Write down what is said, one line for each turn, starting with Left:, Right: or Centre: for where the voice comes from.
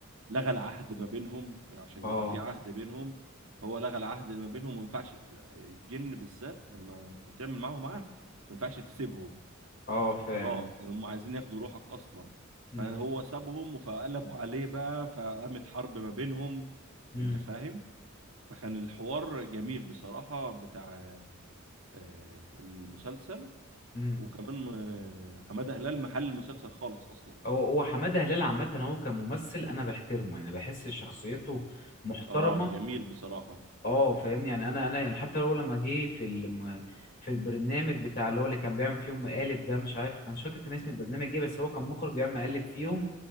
Right: لغى العهد ما بينهم عشان
Left: اه
Right: بيبقى في عهد بينهم فهو لغى العهد اللي ما بينهم وما ينفعش الجن بالذات لما بتعمل معاهم عهد ما ينفعش تسيبهم
Left: اه فاهم
Right: خلاص إن هم عايزين ياخدوا روحك اصلا
Left: امم
Right: فهو سابهم فقلبوا عليه بقى فقامت حرب ما بينهم
Left: امم
Right: انت فاهم فكان الحوار جميل بصراحة بتاع آه، المسلسل
Left: امم
Right: وكمان آه، حمادة هلال محل المسلسل خالص اصلا
Left: هو هو حماده هلال عامه هو كممثل انا بحترمه يعني بحس شخصيته محترمه
Right: اه جميل بصراحة
Left: اه فاهمني يعني انا انا يعني حتى هو لما جه في الم... في البرنامج بتاع اللي هو اللي كان بيعمل فيهم مقالب ده مش عارف انا مش فاكر كان اسم البرنامج ايه بس هو كان مخرج بيعمل مقالب فيهم